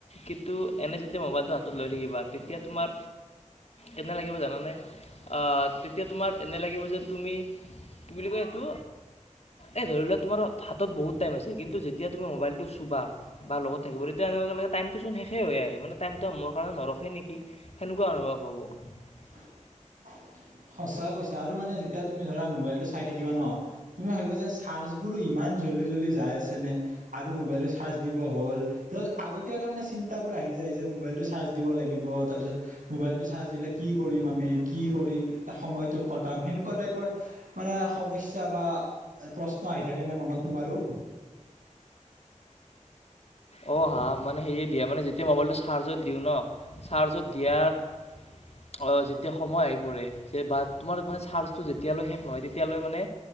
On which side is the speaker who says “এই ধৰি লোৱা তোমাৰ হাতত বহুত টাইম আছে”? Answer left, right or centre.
Left